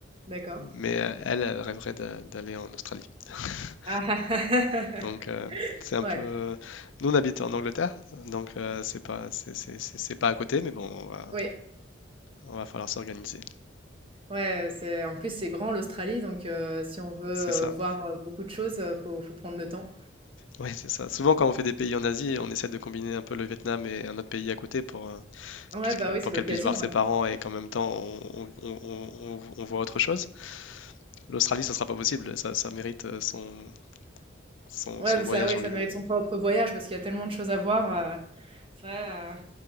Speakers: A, on the right (about 30°); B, on the left (about 80°).
A: d'accord.
B: Mm. Mais euh, elle, elle rêverait d'a- d'aller en Australie. <laughs>
A: Ah
B: Donc euh, c'est un
A: <laughs> ouais,
B: peu. euh, Nous on habite en Angleterre, donc euh, c'est pas c'est c'est- c'est- c'est pas à côté, mais bon, on va
A: oui,
B: on va falloir s'organiser.
A: ouais, c'est en plus, c'est grand l'Australie donc heu, si on veut,
B: C'est ça.
A: heu, voir, heu, beaucoup de choses, heu, faut faut prendre le temps.
B: Oui, c'est ça. Souvent quand on fait des pays en Asie, on essaie de combiner un peu le Vietnam et un autre pays à côté pour euh,
A: Ouais,
B: puisque
A: bah, oui,
B: pour
A: c'est l'occasion,
B: qu'elle puisse voir ses
A: ouais.
B: parents et qu'en même temps on, on- on- on- on voit autre chose. L'Australie, ça sera pas possible. Ça ça mérite euh, son son,
A: Ouais,
B: son
A: bah,
B: voyage
A: ça ouais,
B: en
A: ça
B: lui-même.
A: mérite son propre voyage parce qu'il y a tellement de choses à voir, heu, c'est vrai,